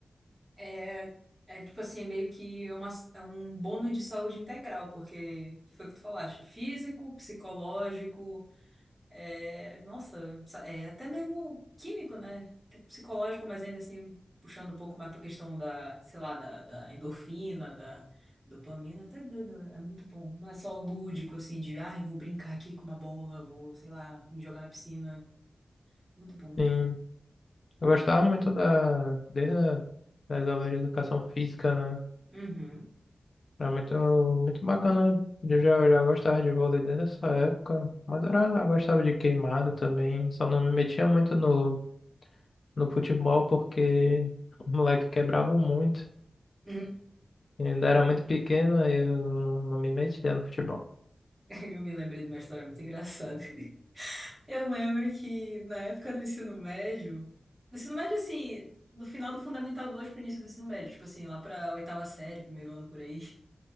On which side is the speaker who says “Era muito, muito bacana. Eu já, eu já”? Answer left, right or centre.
Left